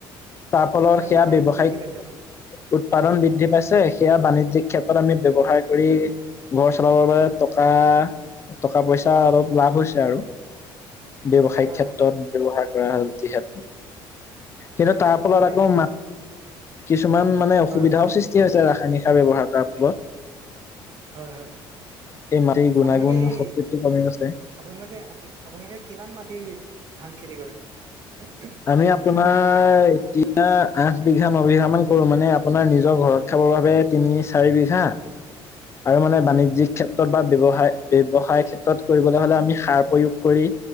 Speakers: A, on the left; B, on the right.
A: তাৰ ফলত
B: মানে
A: সেয়া
B: উৎপাদনটো
A: ব্য্ৱসায়িক
B: বৃদ্ধি পাইছে আপোনালোকৰ
A: উৎপাদন বৃদ্ধি পাইছে। সেয়া বাণিজ্যিক ক্ষেত্ৰত আমি ব্য্ৱহাৰ কৰি ঘৰ চলাবৰ বাবে টকা টকা-পইচা অলপ লাভ হৈছে আৰু। ব্যৱসায়িক
B: হয়
A: ক্ষেত্ৰত
B: হয়
A: ব্যৱহাৰ কৰা হ যিহেতু। কিন্তু তাৰ
B: হয়
A: ফলত
B: আপোনালোকে
A: আকৌ কিছুমান মানে অসুবিধাও
B: হয় হয়
A: সৃষ্টি হৈছে ৰাসায়নিক সাৰ ব্যৱহাৰ কৰা ফলত।
B: হয় হয়
A: এই মাটিৰ গুণাগুণ
B: আপোনালোকে এই
A: শক্তিটো কমি গৈছে।
B: আপোনালোকে আপ আপোনালোকে কিমান মাটিৰ ধান খেতি কৰে?
A: আমি আপোনাৰ এতিনা আঠ বিঘা, ন' বিঘা মান কৰো মানে আপোনাৰ নিজৰ ঘৰৰ। খাবৰ বাবে তিনি চাৰি বিঘা। আৰু
B: হয়
A: মানে বাণিজ্যিক ক্ষেত্ৰত বা ব্য্য়ৱসায় ব্য্ৱসায় ক্ষেত্ৰত কৰিবলৈ হ'লে আমি সাৰ প্ৰয়োগ কৰি